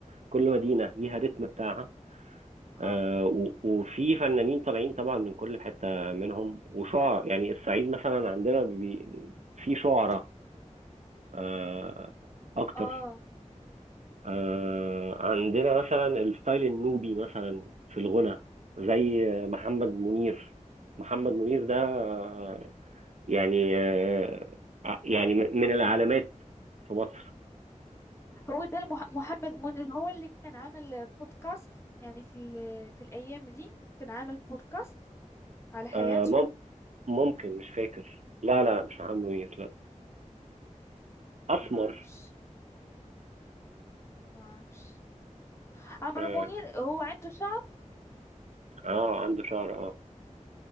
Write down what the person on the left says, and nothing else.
اه
اه
مم.
مم.
هو ده المح محمد منير هو اللي كان عامل بودكاست يعني في ال- في الأيام دي كان عامل بودكاست على حياته
ما اعرفش ما اعرفش عمرو
منير هو عنده شغف